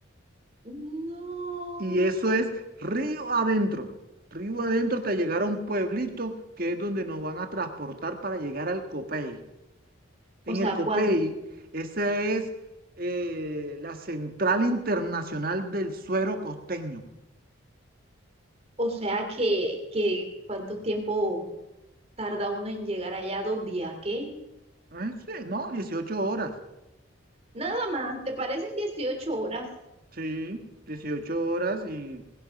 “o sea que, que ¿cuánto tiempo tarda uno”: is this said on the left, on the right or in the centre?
Right